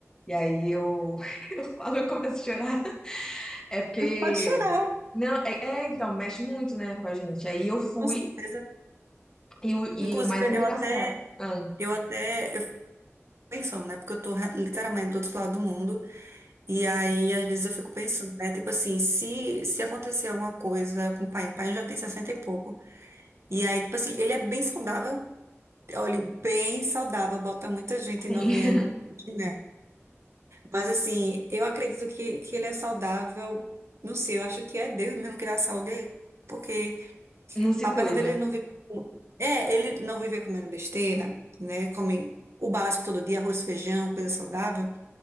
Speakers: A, on the left; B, on the right.
A: E aí eu, <laughs> eu falo, eu começo a chorar. É porque,
B: Pode chorar,
A: não, é, é, então, mexe muito, né, com a gente. Aí eu fui,
B: com certeza.
A: e o, e
B: Inclusive,
A: o mais engraçado,
B: eu até,
A: ah,
B: eu até, eu fico pensando, né? Porque eu tô re- literalmente do outro lado do mundo. E aí, às vezes, eu fico pensando, né? Tipo assim, se, se acontecer alguma coisa com o pai, o pai já tem 60 e pouco. E aí, tipo assim, ele é bem saudável. Olha, bem saudável, bota muita gente novinha,
A: sim,
B: né? Mas assim, eu acredito que, que ele é saudável. Não sei, eu acho que é Deus mesmo que dá saúde a ele. Porque
A: <laughs> não se
B: apesar
A: cuida.
B: dele não viver com... É, ele não viver comendo besteira, né? Ele come o básico todo dia, arroz, feijão, coisa saudável.